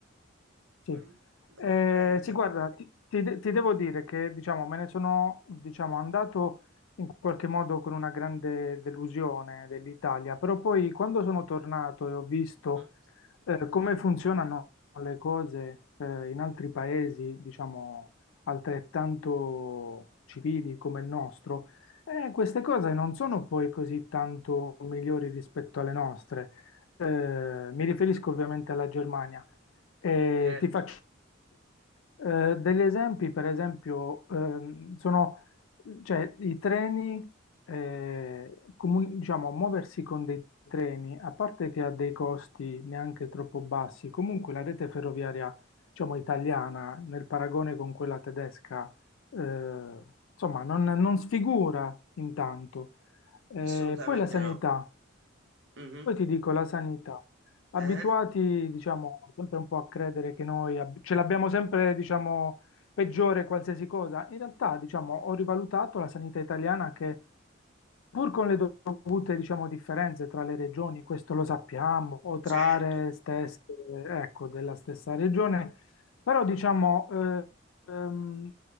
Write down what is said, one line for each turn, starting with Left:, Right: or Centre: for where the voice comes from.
Left: Sì,
Right: Mm, be-
Left: Eh,
Right: bene,
Left: sì, guarda, ti, ti de- ti devo dire che diciamo, me ne sono diciamo, andato in qualche modo con una grande delusione dell'Italia, però poi quando sono tornato e ho visto
Right: Mm,
Left: eh, come funzionano le cose eh, in altri paesi, diciamo, altrettanto civili come il nostro, eh, queste cose non sono poi così tanto migliori rispetto alle nostre. Eh, mi riferisco ovviamente alla Germania. E
Right: certo,
Left: ti faccio eh, degli esempi, per esempio, ehm, sono cioè, i treni, eh, comun- diciamo, muoversi con dei treni, a parte che ha dei costi neanche troppo bassi, comunque la rete ferroviaria, diciamo, italiana, nel paragone con quella tedesca, eh, insomma, non, non sfigura intanto. Eh,
Right: assolutamente
Left: poi la sanità.
Right: no. Mhm.
Left: Poi ti dico la sanità. Abituati,
Right: Eh?
Left: diciamo, sempre un po' a credere che noi ab- ce l'abbiamo sempre, diciamo, peggiore qualsiasi cosa. In realtà, diciamo, ho rivalutato la sanità italiana che, pur con le dovute, diciamo, differenze tra le regioni, questo lo sappiamo, o tra
Right: Certo,
Left: aree stesse, ecco, della stessa regione, però, diciamo, eh, ehm,